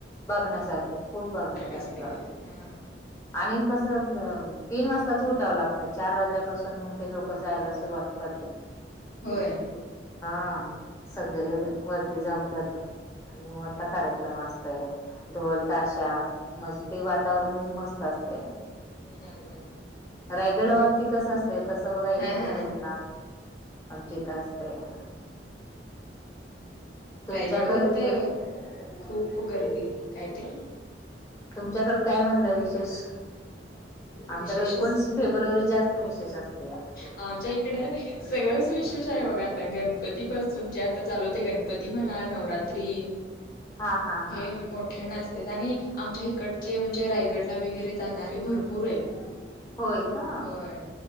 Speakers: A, on the left; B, on the left.
A: बघण्यासारखं खूप बघण्यासारखं.
B: असते. हा.
A: आणि कसं तीन वाजताच उठावं लागतं. चार वाजल्यापासून मग ते लोक जायला सुरुवात करतात.
B: होय?
A: हा. सगळे कसे वरती जमतात. आणि म मोठा कार्यक्रम असतोया. ढोल,
B: हा
A: ताशा. म्हणजे ते वातावरणच मस्त असतया.
B: हा हा हा.
A: रायगडावरती कस असतय तसं बघा एकोणीस
B: हा हा
A: फेब्रुवारीला. आमच्या हित असतया. तुमच्याकड
B: रायगडवर
A: विशेष?
B: तर खूप गर्दी काय ते.
A: तुमच्याकडं काय म्हणलं विशेष? आमच्याकडे
B: विशेष
A: एकोणीस
B: असे
A: फेब्रुवारी जास्त विशेष असतिया
B: आमच्या इकडं सगळंच विशेष आहे बघा आता गणपती पासून जे आता चालू होते गणपती म्हणा नवरात्री
A: हा हा हा
B: हे
A: हा
B: मोठ्यानं असते आणि आमच्या इकडचे म्हणजे रायगडला वगैरे जाणारे भरपूर आहेत
A: होय का
B: होय